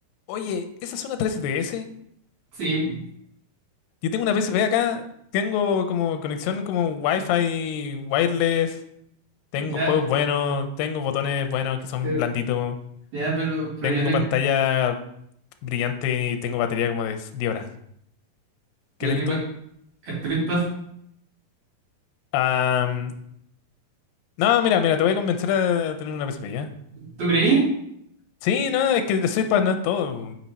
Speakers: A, on the left; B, on the right.
A: Oye, ¿esa es una 3DS?
B: Sí,
A: Yo tengo una PSP acá, tengo como conexión como Wi-Fi, wireless, tengo
B: ya,
A: juegos buenos, tengo botones buenos que son
B: pero,
A: blanditos,
B: ya, pero, pero
A: tengo
B: yo tengo,
A: pantalla brillante y tengo batería como de 10 horas.
B: yo
A: ¿Qué tenés
B: tengo
A: tú?
B: Street Pass.
A: Am, no, mira, mira, te voy a convencer a tener una PSP, ¿ya?
B: ¿Tú creí?
A: Sí, no, es que el Switchpad no es todo.